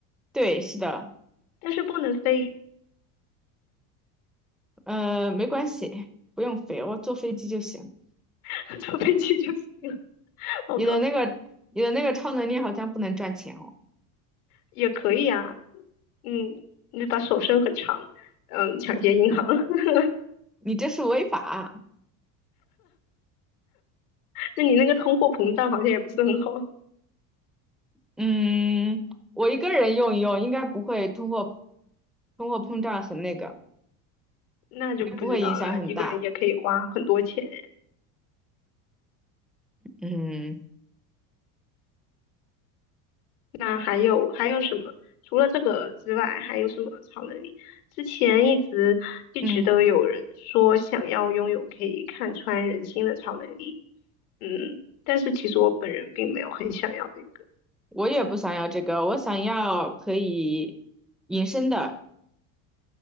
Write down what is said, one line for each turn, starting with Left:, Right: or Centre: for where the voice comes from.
Centre: 对，是的。
Left: 但是不能飞，
Centre: 呃，没关系，不用飞，我坐飞机就行。
Left: <laughs> 坐飞机就行了，<laughs> 好搞笑。
Centre: 你的那个，你的那个超能力好像不能赚钱哦，
Left: 也可以啊，嗯，你把手伸很长，嗯，抢劫银行，<laughs>
Centre: 你这是违法。
Left: 那你那个通货膨胀好像也不是很好，
Centre: 嗯，我一个人用一用，应该不会通货通货膨胀很那个，
Left: 那就不知道了。
Centre: 应该不会影响很大。
Left: 一个人也可以花很多钱，
Centre: 嗯
Left: 那还有还有什么？除了这个之外，还有什么超能力？之前一直一直都有人说想要拥有可以看穿人心的超能力，
Centre: 嗯，
Left: 嗯，但是其实我本人并没有很想要那个
Centre: 我也不想要这个，我想要可以隐身的